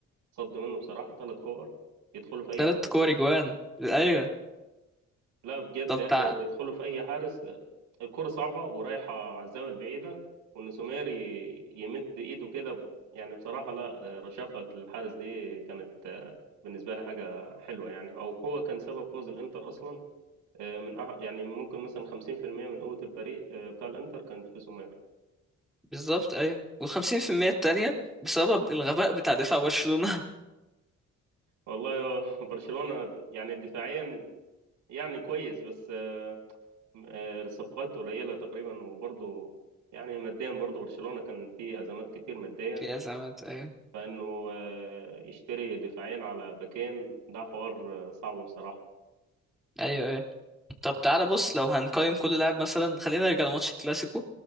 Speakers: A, on the right; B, in the centre.
A: صد منه بصراحة ثلاث كور يدخلوا في اي
B: تلات
A: حارس
B: كور جوان ايوه
A: لا بجد
B: طب
A: يعني
B: تع...
A: يدخلوا في اي حارس الكرة صعبة ورايحة على الزاوية البعيدة وان سومير ي- يمد ايده كده ب- يعني بصراحة لا رشاقة الحارس دي كانت آه، بالنسبة لي حاجة حلوة يعني او هو كان سبب فوز الانتر اصلا آه، من أح يعني ممكن مثلا 50% من قوة الفريق آه، بتاع الانتر كانت في سومير
B: بالظبط ايوه وال50% التانية بسبب الغباء بتاع دفاع برشلونه
A: والله <laughs> برشلونة يعني دفاعيا يعني كويس بس آه، آه، الصفقات قليلة تقريبا وبرضه يعني ماديا برضه برشلونة كان فيه أزمات كتير مادية
B: <laughs> في ازمات ايوه
A: فإنه آه، يشتري دفاعين على باكين ده حوار آه، صعب بصراحة
B: ايوه طب تعالى بص لو هنقيم كل لاعب مثلا خلينا نرجع لماتش الكلاسيكو